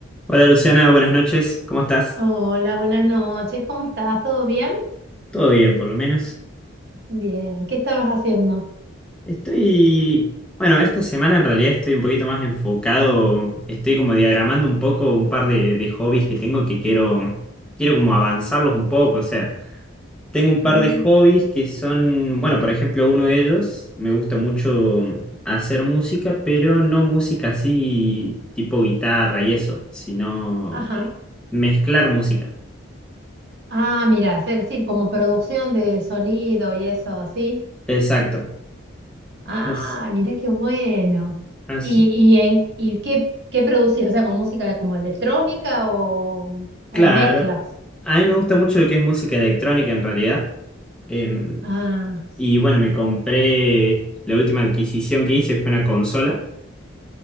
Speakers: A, in the centre; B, on the right.
A: Hola Luciana, buenas noches, ¿cómo estás?
B: Hola, buenas noches. ¿Cómo estás? ¿Todo bien?
A: Todo bien, por lo menos.
B: Bien. ¿Qué estabas haciendo?
A: Estoy, bueno, esta semana en realidad estoy un poquito más enfocado, estoy como diagramando un poco un par de, de hobbies que tengo que quiero, quiero como avanzarlos un poco, o sea, tengo un par
B: Ah,
A: de hobbies que son, bueno, por ejemplo, uno de ellos, me gusta mucho hacer música, pero no música así tipo guitarra y eso, sino
B: ajá.
A: eh, mezclar música.
B: Ah, mira, hacer, sí, como producción de sonido y eso, así.
A: Exacto.
B: Ah,
A: As-
B: mira qué bueno.
A: Así,
B: ¿Y, y, en, y qué, qué producís? O sea, con música como electrónica o, o
A: Claro,
B: mezclas.
A: a mí me gusta mucho lo que es música electrónica en realidad. Em,
B: Ah,
A: y bueno, me compré, la última adquisición que hice fue una consola.